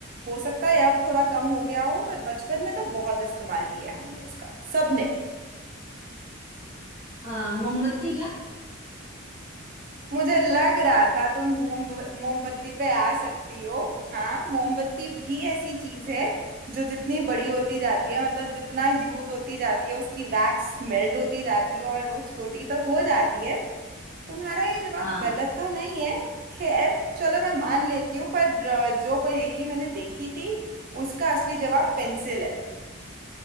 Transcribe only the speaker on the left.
अ, मोमबत्ती क्या
हाँ